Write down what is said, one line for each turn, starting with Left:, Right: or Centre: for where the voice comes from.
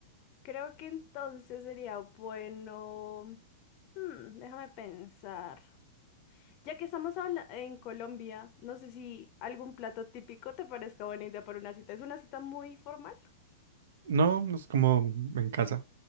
Left: Creo que entonces sería bueno... hmm, déjame pensar. Ya que estamos habla- en Colombia, no sé si algún plato típico te parezca buena idea para una cita. Es una cita muy formal.
Right: No, no es como en casa,